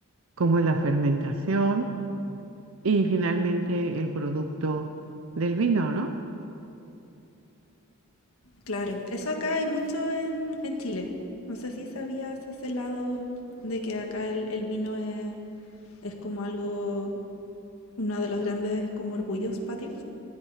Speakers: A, on the right; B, on the left.
A: como es la fermentación y finalmente el producto del vino, ¿no?
B: Claro, eso acá hay mucho en, en Chile. No sé si sabías ese lado de que acá el, el vino es, es como algo, uno de los grandes como orgullos patrios.